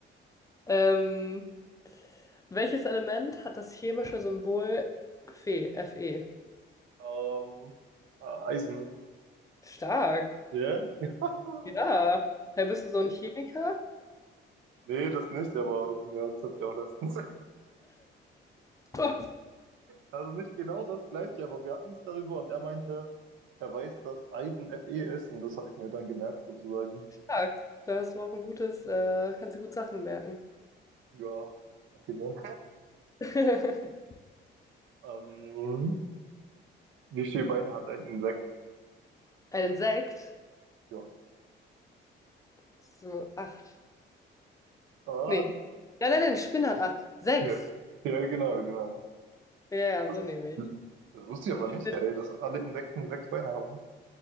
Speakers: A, on the left; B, on the right.
A: Ähm, welches Element hat das chemische Symbol Fe? Fe.
B: Ähm, äh, Eisen.
A: Stark.
B: Ja? <laughs>
A: Ja. Hey, bist du so ein Chemiker?
B: Nee, das nicht, aber ja, das hatte ich auch letztens.
A: Oh,
B: Also nicht genau das gleiche, aber wir hatten es darüber und er meinte, er weiß, dass Eisen Fe ist und das habe ich mir dann gemerkt sozusagen.
A: stark. Da hast du auch ein gutes, äh, kannst du gut Sachen merken.
B: Ja, danke dir.
A: <laughs>
B: Ähm, wie viele Beine hat ein Insekt?
A: Ein Insekt?
B: Ja.
A: Das ist nur acht.
B: Ah,
A: Nee. Nein, nein, nein, die Spinne hat acht. Sechs.
B: ja, Ja, genau, genau.
A: Ja, ja,
B: Das,
A: so nehme ich.
B: das wusste ich aber
A: Die Spinne.
B: nicht, ey, dass alle Insekten sechs Beine haben.